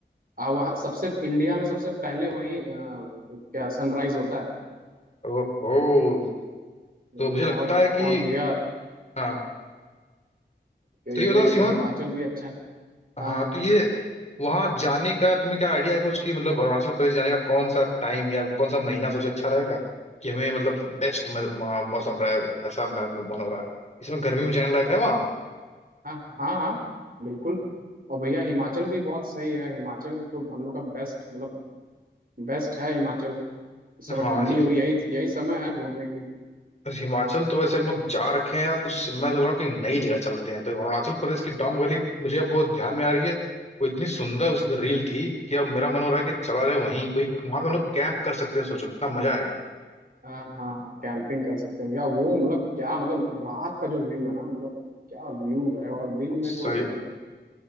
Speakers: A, on the right; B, on the left.
A: आ, वहाँ सबसे इंडिया में सबसे पहले वहीं अ, क्या सनराइज होता है
B: ओहो
A: वो
B: तो मुझे
A: तो बहुत
B: लगता है कि
A: और भैया
B: हाँ
A: ये
B: तो ये बताओ शिवांग
A: हिमाचल भी अच्छा है हाँ
B: हाँ तो ये वहाँ जाने का तुम्हें क्या आइडिया है कुछ कि मतलब अरुणाचल प्रदेश जाने का कौन सा टाइम या कौन सा महीना सबसे अच्छा रहेगा कि हमें मतलब बेस्ट मौसम रहे ऐसा मेरा मन हो रहा है इसमें गर्मी
A: हाँ
B: में जाने लायक है वहाँ
A: हाँ हाँ हाँ बिल्कुल और भैया हिमाचल भी बहुत सही है हिमाचल तो हम लोग का बेस्ट मतलब बेस्ट है हिमाचल इस समय
B: हाँ
A: ठंडी होगी यही यही समय है घूमने के लिए
B: बस हिमाचल तो वैसे हम लोग जा रखे हैं या कुछ मैं सोच रहा हूँ कि नई जगह चलते हैं तो अरुणाचल प्रदेश की डोंग वैली मुझे अब वो ध्यान में आ रही है वो इतनी सुंदर उस रील थी कि अब मेरा मन हो रहा है कि चला जाए वहीं कोई वहां पे हम लोग कैंप कर सकते हैं सोचो कितना मजा आएगा
A: हाँ हाँ हाँ कैंपिंग कर सकते हैं भैया वो मतलब क्या मतलब रात का जो व्यू है ना मतलब क्या व्यू है और दिन में
B: सही
A: तो मतलब